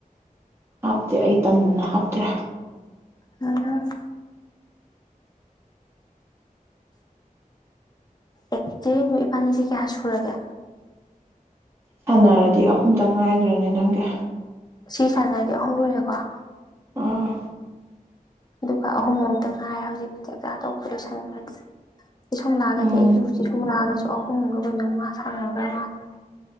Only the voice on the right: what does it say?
ꯍꯥꯞꯇꯦ ꯑꯩ ꯇꯟꯅ ꯍꯥꯞꯇ꯭ꯔꯦ
ꯁꯥꯟꯅꯔꯗꯤ ꯑꯍꯨꯝꯇꯪ ꯉꯥꯏꯗ꯭ꯔꯅꯦ ꯅꯪꯒꯤ
ꯑꯥ
ꯎꯝ